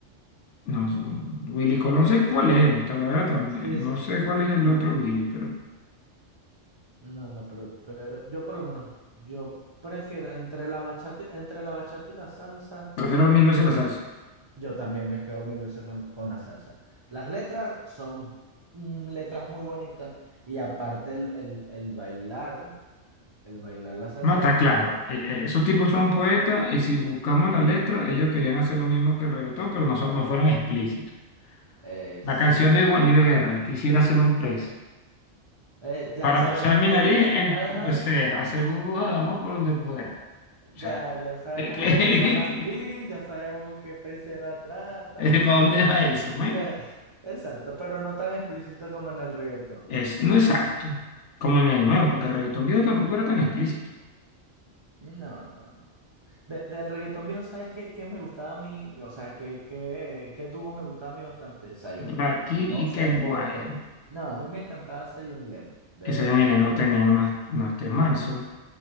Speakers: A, on the left; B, on the right.
A: No, son- Willy Colón no sé cuál es, ta- la verdad también.
B: Sí, sí.
A: No sé cuál es el otro Willy, pero
B: No, no, pero, pero yo por lo menos, yo prefiero entre la bachata, entre la bachata y la salsa,
A: prefiero mil veces
B: yo,
A: la
B: me-
A: salsa.
B: yo también me quedo mil veces con, con la salsa. Las letras son mm, letras muy bonitas y aparte el, el, el bailar, el bailar la salsa
A: No, está
B: es
A: claro. eh, eh, esos tipos son poetas y si buscamos la letra, ellos querían hacer lo mismo que el reggaetón, pero no, son- no fueron explícitos.
B: eso,
A: La canción
B: me,
A: de Juan Luis Guerra, quisiera ser un pez,
B: eh, ya
A: para
B: sabemos
A: posar
B: qué
A: mi nariz
B: dice,
A: en
B: ajá,
A: tu pecera, hacer burbuja de amor por donde fuera. O sea,
B: ya, ya sabemos
A: que,
B: a dónde va la
A: que,
B: nariz,
A: <laughs>
B: ya sabemos qué pecera trata,
A: ¿para
B: sí.
A: dónde va eso, men?
B: <laughs> Exacto, pero no tan explícito como en el reggaetón.
A: Es, no exacto, como en el nuevo, porque el reggaetón viejo tampoco era tan explícito.
B: No, no, no. De- del reggaetón viejo, ¿sabes qué, qué me gustaba a mí? O sea, ¿qué, qué, qué dúo me gustaba a mí bastante? Zion y
A: Rakim
B: Lennon. No
A: y
B: sé
A: Kenway,
B: por qué. No, a mí me encantaba Zion y Lennon. De
A: que se
B: verdad
A: llaman y Lenor,
B: que.
A: tenían unas- unos temazos.